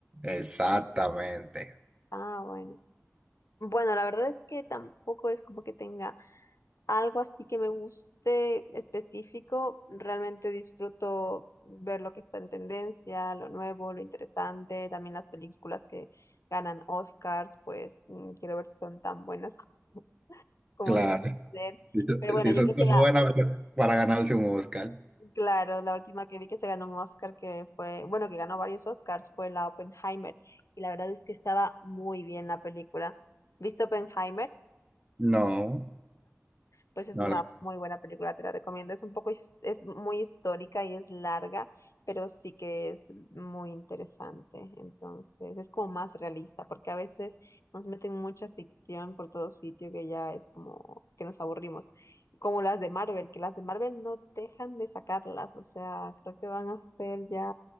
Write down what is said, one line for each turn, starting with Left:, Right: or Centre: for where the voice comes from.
Right: Exactamente.
Left: Ah, bueno. Bueno, la verdad es que tampoco es como que tenga algo así que me guste específico. Realmente disfruto ver lo que está en tendencia, lo nuevo, lo interesante. También las películas que ganan Oscars, pues mm, quiero ver si son tan buenas <laughs> como, como
Right: Claro.
Left: dicen ser.
Right: Sí,
Left: Pero bueno,
Right: eso
Left: yo
Right: es
Left: creo que
Right: muy
Left: la,
Right: buena para, para ganarse un Oscar.
Left: claro, la última que vi que se ganó un Oscar, que fue, bueno, que ganó varios Oscars, fue la Oppenheimer. Y la verdad es que estaba muy bien la película. ¿Viste Oppenheimer?
Right: No,
Left: pues es
Right: no,
Left: una
Right: la-
Left: muy buena película, te la recomiendo. Es un poco, his- es muy histórica y es larga, pero sí que es muy interesante. Entonces, es como más realista, porque a veces nos meten mucha ficción por todo sitio que ya es como que nos aburrimos. Como las de Marvel, que las de Marvel no dejan de sacarlas, o sea, creo que van a hacer ya,